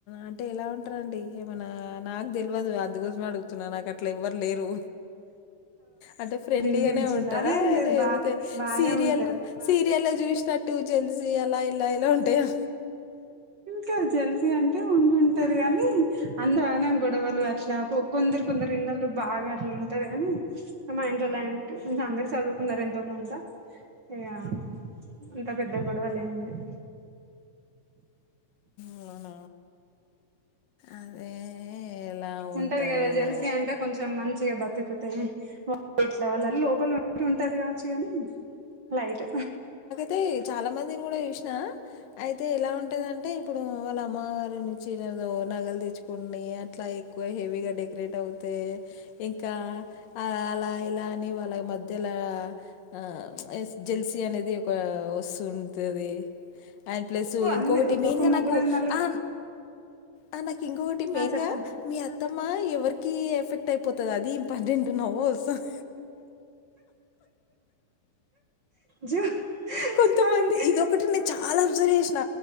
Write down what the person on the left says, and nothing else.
అంటే ఎలా ఉంటారంండి ఏమనా నాకు తెలియదు అందుకోసమే అడుగు తున్నా నాకు అట్లా ఎవ్వరులేరు అంటే ఫ్రెండ్లీగానే
ఉంటారా
లేకపోతే
సీరియల్
సీరియల్ చూసినట్టు జల్సి అలఎలా ఇలా ఉంటాయా
మన అదే ఎలా ఉంటుందో
తే చాలా మందిని కూడా చూసిన అయితే ఎలా ఉంటాదింటే ఇప్పుడు వాళ్ళ అమ్మవారు మేం చీరలు నగలు తేచ్చుకుని అట్లా ఎక్కువ హెవీగా డెకరేట్ అవుతే ఇంకా అ అలా ఇలాని వాళ్ళ మధ్యలా ఆ ఎ జెల్సీ అనేది ఒక వస్తు ఉంతది అండ్ ప్లస్
ఇంకొకటి మెయిన్
గా
నాకు
ఆ ఆ నాకు ఇంకొకటి మెయిన్
గా మీ అత్తమ్మ ఎవరికిీ ఎఫెక్ట్ అయిపోతది అది ఇంపార్టెంట్ నవొస్తది
కొంతమంది
ఇదొకటి నేను చాలా అబ్జర్వ్ చేసిన